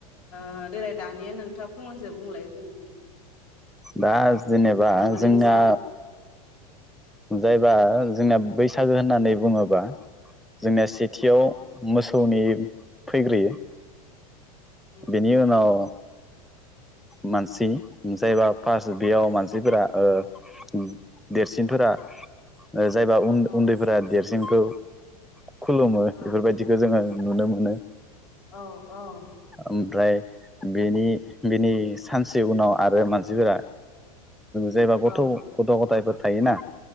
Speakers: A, on the left; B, in the centre.
A: ओ देलाय दानिया नोंथाङा फंनैसो बुंलाय जोंनि
B: दा जेनेबा
A: माबानायनि
B: जोंना
A: सायाव
B: जायबा जोंना बैसागो होननानै बुङोबा जोंनिया से थियाव
A: औ
B: मोसौनि फैग्रोयो
A: उम
B: बेनि उनाव मानसि जायबा फार्स्ट बेयाव मानसिफोरा ओ देरसिनफोरा जायबा
A: औ
B: उन्दैफोरा देरसिनखौ खुलुमो
A: औ
B: बेफोरबायदि बेखौ जोङो नुनो मोनो
A: औ औ
B: ओमफ्राय बेनि बेनि सानसे उनाव आरो मानसिफोरा जायबा गथ'
A: औ
B: गथ' गथायफोर थायोना